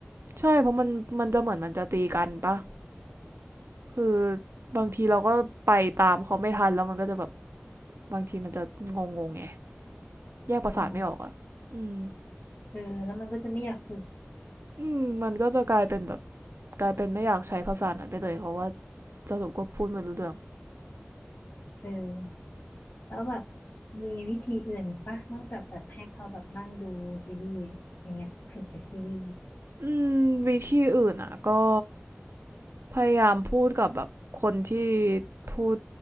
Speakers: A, on the right; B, on the left.
A: ใช่เพราะมันมันจะเหมือนมันจะตีกันปะคือบางทีเราก็ไปตามเขาไม่ทันแล้วมันก็จะแบบบางทีมันจะงงงๆไงแยกประสาทไม่ออกอ่ะอืม
B: อ๋อ เออแล้วมันก็จะไม่อยากฝึก
A: อืมมันก็จะกลายเป็นแบบกลายเป็นไม่อยากใช้ภาษานั้นไปเลยเพราะว่าสรุปก็พูดไม่รู้เรื่อง
B: เออแล้วแบบมีวิธีอื่นอีกปะนอกจากแบบให้เขาแบบนั่งดูซีรีส์อย่างเงี้ยฝึกจากซีรีส์
A: อืมวิธีอื่นอ่ะก็พยายามพูดกับแบบคนที่พูด